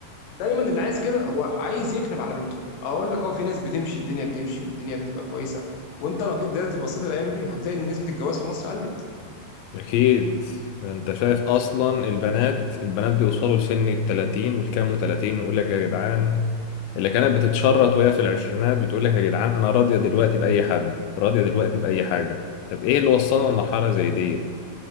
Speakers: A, on the left; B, on the left.
A: دايما اللي عايز كده هو عايز يقلب على بنته اقول لك اه في ناس بتمشي الدنيا بتمشي والدنيا بتبقى كويسه وانت لو جيت دلوقتي بصيت الايام دي هتلاقي ان نسبه الجواز في مصر قلت
B: أكيد ده أنت شايف أصلا البنات البنات بيوصلوا لسن التلاتين والكام وتلاتين ويقول لك يا جدعان اللي كانت بتتشرط وهي في العشرينات بتقول لك يا جدعان أنا راضية دلوقتي بأي حد راضية دلوقتي بأي حاجة طب إيه اللي وصلنا لمرحلة زي دي